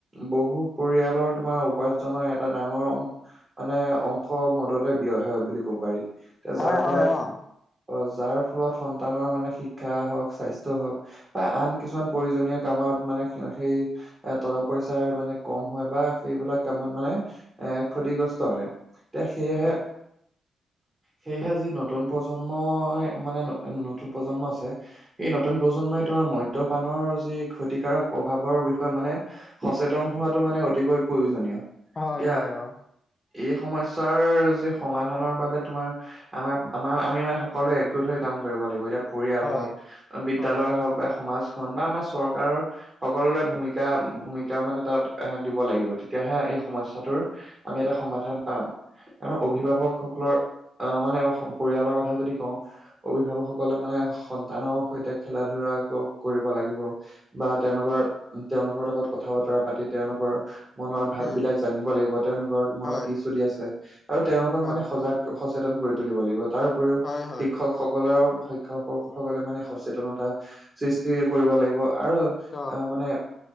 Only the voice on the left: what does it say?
হয়,
হয়, অ',
<inaudible>
হয়,
হয়, অ'।
হয়,
অ',
উম,
হয়,
অ',
হয়, হয়।
অ